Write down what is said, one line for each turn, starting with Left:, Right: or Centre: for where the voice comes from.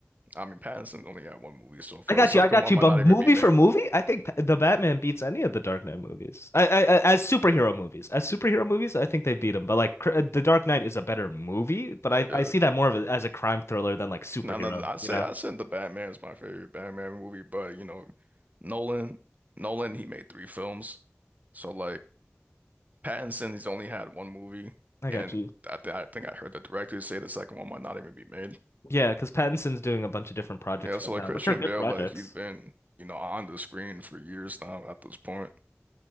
Right: I mean Pattinson's only had one movie so far.
Left: I got
Right: The second
Left: you. I got
Right: one
Left: you.
Right: might
Left: But
Right: not
Left: movie
Right: even be made.
Left: for movie, I think Pa- the Batman beats any of the Dark Knight movies. I, I, I as superhero movies, as superhero movies, I think they beat him. But like cr- uh, the Dark Knight is a better movie. But I,
Right: Uh,
Left: I see that more of a, as a crime thriller than like superhero.
Right: no, no, I say
Left: You know?
Right: I said the Batman is my favorite Batman movie, but you know, Nolan, Nolan, he made three films. So like Pattinson, he's only had one movie,
Left: I
Right: and
Left: got you.
Right: I, th I think I heard the director say the second one might not even be made.
Left: Yeah, because Pattinson's doing a bunch of different projects
Right: Yeah, so
Left: right
Right: like
Left: now,
Right: Christian
Left: which are good
Right: Bale,
Left: projects.
Right: like he's been you know on the screen for years now at this point.